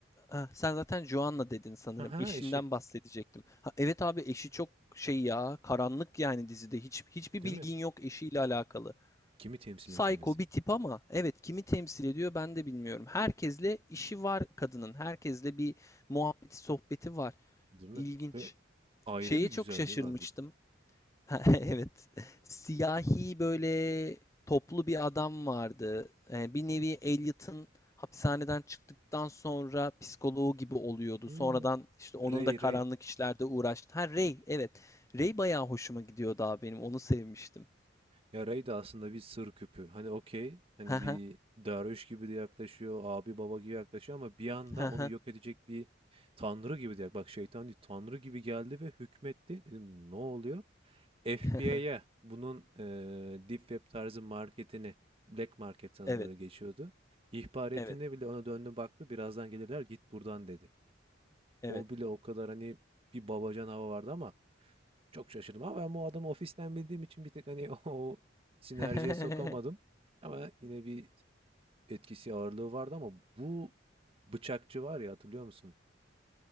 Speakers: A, on the left; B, on the right.
A: Ha, sen zaten Joanna dedin sanırım.
B: ha ha
A: Eşinden
B: eşi
A: bahsedecektim. Ha, evet abi eşi çok şey ya karanlık yani dizide. Hiç hiçbir
B: değil
A: bilgin
B: mi?
A: yok eşiyle alakalı.
B: Kimi temsil
A: Psycho
B: ediyor mesela?
A: bir tip ama evet kimi temsil ediyor ben de bilmiyorum. Herkesle işi var kadının. Herkesle bir muhabbeti sohbeti var.
B: Değil mi?
A: İlginç.
B: Ve ayrı
A: Şeye
B: bir güzelliği
A: çok şaşırmıştım.
B: var bir de.
A: Ha, <laughs> Evet. Siyahi böyle toplu bir adam vardı. Ee, bir nevi Elliot'ın hapishaneden çıktıktan sonra psikoloğu gibi oluyordu.
B: Hmm,
A: Sonradan işte onun
B: Ray
A: da karanlık
B: Ray.
A: işlerde uğraştı. Ha Ray, evet. Ray bayağı hoşuma gidiyordu abi benim. Onu sevmiştim.
B: Ya Ray de aslında bir sır küpü. Hani okey. Hani
A: Ha
B: bir
A: ha
B: derviş gibi de yaklaşıyor. Abi baba gibi yaklaşıyor ama bir anda
A: ha
B: onu
A: ha.
B: yok edecek bir tanrı gibi de. Bak şeytan değil. Tanrı gibi geldi ve hükmetti. Dedim ne oluyor? FBI'ya
A: <laughs>
B: bunun, eee, Deep Web tarzı marketini, Black Market sanırım
A: Evet,
B: öyle geçiyordu. İhbar ettiğinde
A: evet,
B: bile ona döndü baktı. "Birazdan gelirler, git buradan." dedi.
A: evet.
B: O bile o kadar, hani, bir babacan hava vardı ama çok şaşırdım ama ben bu adamı ofisten bildiğim için bir tık, hani, <laughs> o sinerjiye
A: <laughs>
B: sokamadım ama yine bir etkisi, ağırlığı vardı ama bu bıçakçı var ya, hatırlıyor musun?